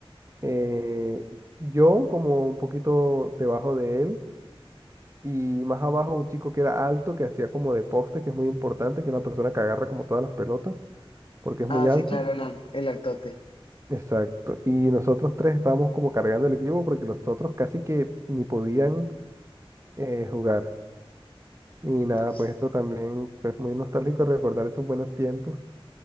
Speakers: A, on the right (about 30°); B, on the left (about 65°).
A: eh, yo como un poquito debajo de él y más abajo un chico que era alto, que hacía como de poste, que es muy importante, que es la persona que agarra como todas las pelotas. porque es muy
B: Ah,
A: alto.
B: sí, claro, el, al- el altote.
A: Exacto. Y nosotros tres estábamos como cargando el equipo porque los otros casi que ni podían eh, jugar. Y nada,
B: Pues,
A: pues eso también es muy nostálgico recordar esos buenos tiempos.